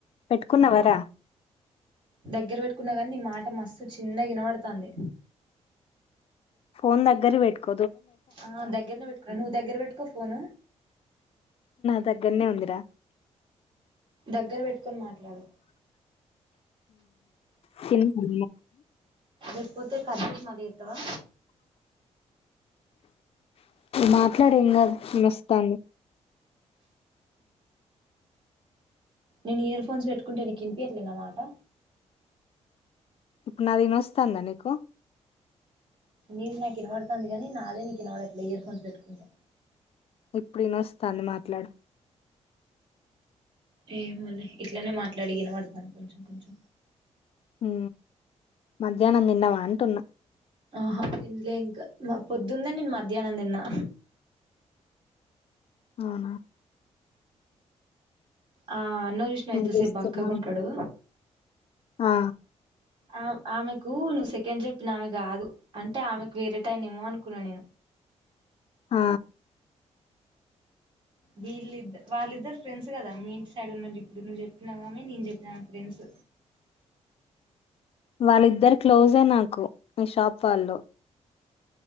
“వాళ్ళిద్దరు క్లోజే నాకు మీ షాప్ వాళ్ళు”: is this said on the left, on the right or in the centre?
Left